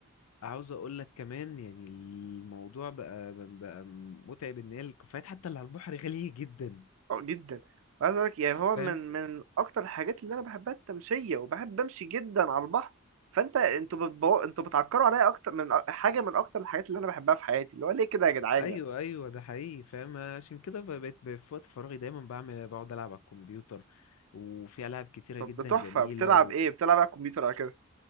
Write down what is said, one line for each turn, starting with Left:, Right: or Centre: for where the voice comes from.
Left: عاوز اقول لك كمان يعني الموضوع بقى بقى متعب ان هي الكافيهات حتى اللي على البحر غالية جدا
Right: اه جدا وعايز اقول لك يعني هو
Left: فاهم
Right: من من اكتر الحاجات اللي انا بحبها التمشيه وبحب امشي جدا على البحر فانت انتوا بتبو... انتوا بتعكروا عليا اكتر من أ- حاجه من اكتر الحاجات اللي انا بحبها في حياتي اللي هو ليه كده يا جدعان
Left: ايوه
Right: يعني
Left: ايوه ده حقيقي فاهم عشان كده ب- بقيت ب- في وقت فراغي دايما بعمل بقعد العب على الكمبيوتر وفي العاب كتيرة
Right: طب
Left: جدا
Right: ده تحفه
Left: جميلة
Right: بتلعب ايه بتلعب على الكمبيوتر على كده